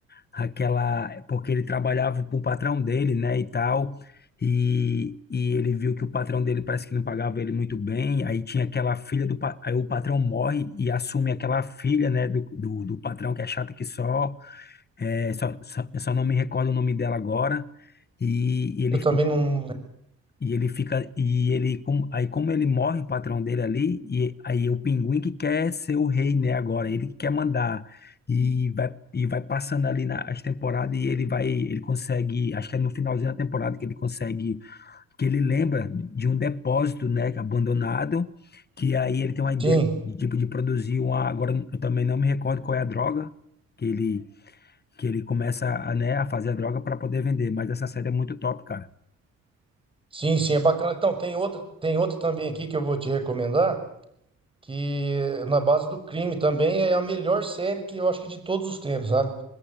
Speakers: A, on the left (about 35°); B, on the right (about 15°).
A: aquela, porque ele trabalhava para o patrão dele, né, e tal, e, e ele viu que o patrão dele parece que não pagava ele muito bem, aí tinha aquela filha do, pa- aí o patrão morre e assume aquela filha, né, do, do, do patrão que é chata que só, é, só, só, eu só não me recordo o nome dela agora, e, e ele
B: Eu também não.
A: e ele fica, e ele, como- aí como ele morre, o patrão dele ali, e aí o pinguim que quer ser o rei, né, agora, ele que quer mandar, e vai, e vai passando ali na- as temporadas, e ele vai, ele consegue, acho que é no finalzinho da temporada que ele consegue, que ele lembra de um depósito, né, abandonado, que aí ele tem uma ideia
B: Sim.
A: de, tipo, de produzir uma, agora eu também não me recordo qual é a droga, que ele, que ele começa a, né, a fazer a droga para poder vender, mas essa série é muito top, cara.
B: Sim, sim, é bacana. Então, tem outra, tem outra também aqui que eu vou te recomendar, que é na base do crime também é a melhor série que eu acho que de todos os tempos, sabe?